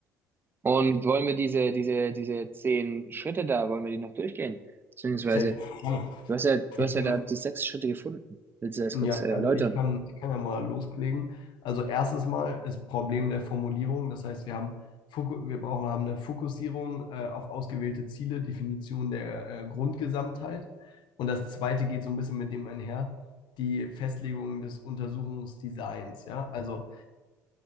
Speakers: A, on the right (about 20°); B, on the left (about 55°).
A: Und wollen wir diese, diese, diese zehn Schritte da, wollen wir die noch durchgehen? Beziehungsweise,
B: Safe. Also
A: du hast ja, du
B: ich
A: hast
B: kann,
A: ja da die sechs Schritte gefunden. Willst du das
B: ja,
A: kurz äh,
B: also
A: erläutern?
B: ich kann, ich kann ja mal loslegen. Also erstes Mal ist Problem der Formulierung. Das heißt, wir haben Foku- wir brauchen haben eine Fokussierung äh, auf ausgewählte Ziele, Definition der äh, Grundgesamtheit. Und das zweite geht so ein bisschen mit dem einher, die Festlegung des Untersuchungsdesigns. Ja, also